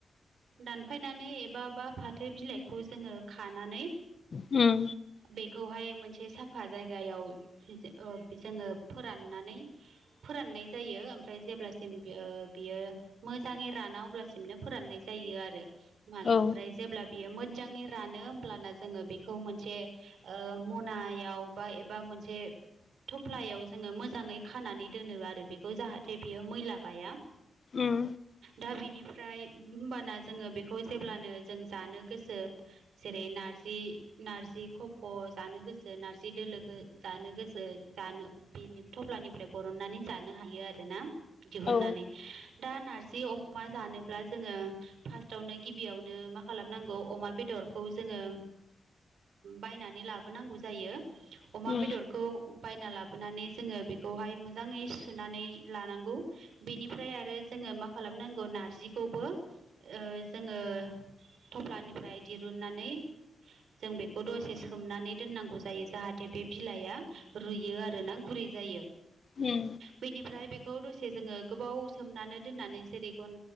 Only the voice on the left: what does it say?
हुम
औ
उम
औ
उम
उम